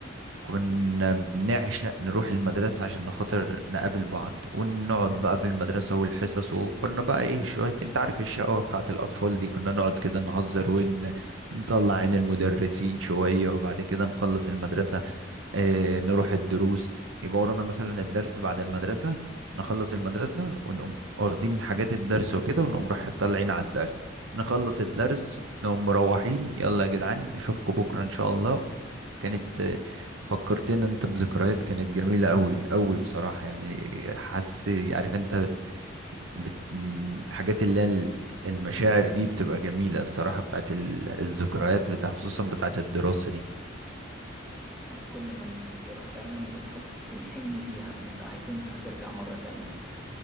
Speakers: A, on the right; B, in the centre.
A: كنا بنعشق نروح المدرسة عشان نخاطر نقابل بعض ونقعد بقى في المدرسة والحصص وكنا بقى ايه شوية انت عارف الشقاوة بتاعة الأطفال دي كنا نقعد كده نهزر ونطلع عين المدرسين شوية وبعد كده نخلص المدرسة آه، نروح الدروس يبقى ورانا مثلا الدرس بعد المدرسة نخلص المدرسة ونقوم واخدين حاجات الدرس وكده ونقوم رايح طالعين على الدرس نخلص الدرس نقوم مروحين يلا يا جدعان نشوفكم بكرة إن شاء الله كانت آه، فكرتنا انت بذكريات كانت جميلة قوي قوي بصراحة يعني حاسس عارف انت بت... م- حاجات اللي هي ال- المشاعر دي بتبقى جميلة بصراحة بتاعت ال- الذكريات بتاع خصوصا بتاعت الدراسة دي
B: آه، كل ما بنفتكرها فعلا بنحس بنحن ليها بنبقى عايزينها ترجع مرة تانية